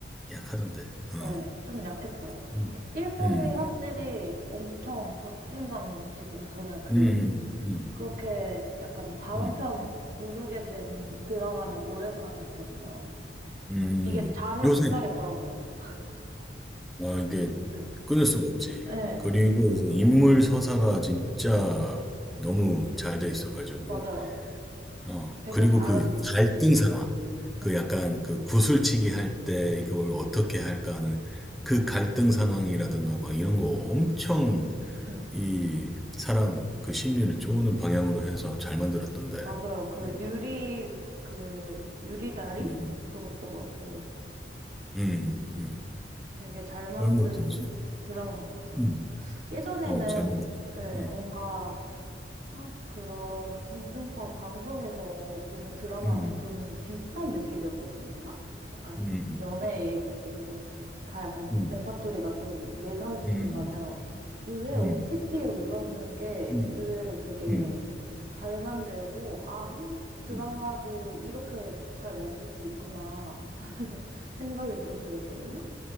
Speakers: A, in the centre; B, on the right.
A: 약하던데. 어.
B: 예. 좀 약했어요.
A: 음.
B: 1편이
A: 음,
B: 확실히 엄청 박진감 넘치고 저는 그
A: 음, 음, 음,
B: 그렇게 약간 다음
A: 음,
B: 편 누르게 된 드라마는 오랜만이었거든요.
A: 음. 음.
B: 이게 잠을
A: 요새
B: 못 자겠더라고요.
A: 아, 이게
B: 응,
A: 끊을 수가 없지.
B: 응,
A: 그리고 이제 인물 서사가 진짜 너무 잘 돼 있어가지고
B: 맞아요.
A: 어
B: 되게
A: 그리고
B: 자연스럽고.
A: 그 갈등 상황 그
B: 응,
A: 약간 그 구슬치기 할 때 이걸 어떻게 할까 하는 그 갈등 상황이라든가 막 이런 거 엄청
B: 응.
A: 이 사람 그 심리를 쪼는 방향으로 해서 잘 만들었던데.
B: 맞아요. 그
A: 음,
B: 유리, 그 유리다리?
A: 음,
B: 그것도 그렇고.
A: 음, 음,
B: 음.
A: 음. 음.
B: 되게 잘 만든
A: 그런 것도 있어.
B: 드라마인 것 같아요.
A: 음,
B: 예전에는
A: 어, 잘 만들었어.
B: 예,
A: 음,
B: 뭔가 한, 그런 공중파 방송에서 보는 드라마는
A: 음,
B: 좀 비슷한 느낌이었거든요. 다 약간
A: 음, 음,
B: 연애 얘기고 다 약간
A: 음,
B: 레퍼토리가 좀 예상이
A: 음,
B: 된다면
A: 음,
B: 요새
A: 음,
B: OTT에 올라오는 게
A: 음,
B: 의외로
A: 음,
B: 되게
A: 음. 음,
B: 잘 만들고 아, 한국 드라마도
A: 음.
B: 이렇게 잘 만들 수 있구나 <laughs> 생각이 좀 들었거든요.